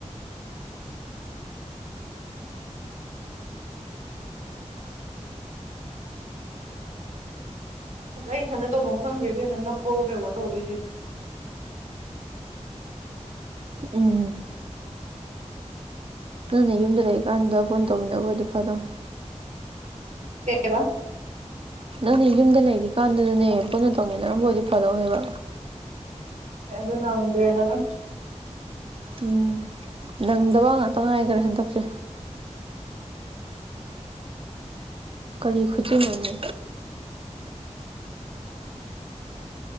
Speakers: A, on the right (about 70°); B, on the right (about 50°).
A: <inaudible> ꯑꯁ ꯑꯩ ꯏꯊꯟꯗ ꯇꯧꯕꯝ ꯈꯪꯗ꯭ꯔꯦ ꯏꯕꯦꯝꯃꯥ ꯅꯞꯄꯥꯑꯣ ꯀꯩꯑꯣ ꯇꯧꯗꯣꯏꯁꯦ
B: ꯎꯝ ꯅꯪꯅ ꯌꯨꯝꯗ ꯂꯩꯔꯤꯀꯥꯟꯗ ꯄꯨꯟꯅ ꯇꯧꯃꯤꯟꯅꯕ ꯑꯣꯏꯗꯤ ꯐꯥꯗꯧꯅꯤ
A: ꯀꯩ ꯍꯥꯏꯕꯥ
B: ꯅꯪꯅ ꯌꯨꯝꯗ ꯂꯩꯔꯤꯀꯥꯟꯗꯨꯗꯅꯦ ꯄꯨꯟꯅ ꯇꯧꯃꯤꯟꯅꯔꯝꯕ ꯑꯣꯏꯗꯤ ꯐꯗꯧꯅꯦꯕ
A: ꯑꯩ ꯑꯗꯨ ꯅꯪꯗ꯭ꯔꯦꯗꯅ
B: ꯎꯝ ꯅꯪꯗꯕ ꯉꯥꯛꯇ ꯉꯥꯏꯈ꯭ꯔꯦ ꯍꯟꯗꯛꯁꯦ ꯀꯔꯤ ꯈꯨꯆꯤꯟꯅꯣꯅꯦ